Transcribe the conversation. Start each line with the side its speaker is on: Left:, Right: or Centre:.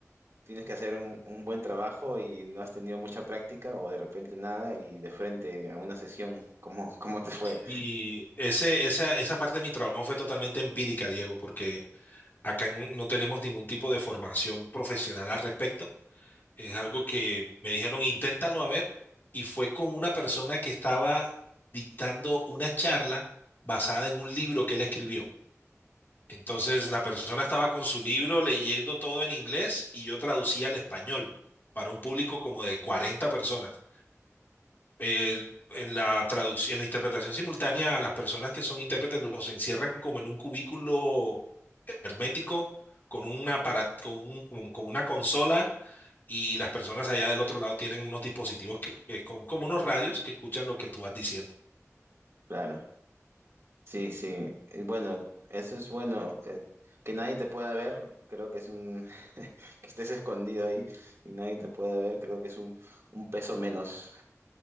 Right: tienes que hacer un, un buen trabajo y no has tenido mucha práctica o de repente nada y de frente a una sesión, ¿cómo, cómo te fue?
Left: y ese, esa, esa parte de mi trabajo fue totalmente empírica, Diego, porque acá en- no tenemos ningún tipo de formación profesional al respecto Es algo que me dijeron, inténtalo a ver, y fue con una persona que estaba dictando una charla basada en un libro que él escribió. Entonces, la persona estaba con su libro leyendo todo en inglés y yo traducía al español para un público como de 40 personas. Eh, en la traducción, en la interpretación simultánea, a las personas que son intérpretes los encierran como en un cubículo hermético con una, para- con un- con una consola y las personas allá del otro lado tienen unos dispositivos que, que con como unos radios que escuchan lo que tú vas diciendo.
Right: Claro, sí, sí. Y Bueno, eso es bueno. eh, que nadie te pueda ver, creo que es un... <laughs> que estés escondido ahí y nadie te pueda ver, creo que es un, un peso menos.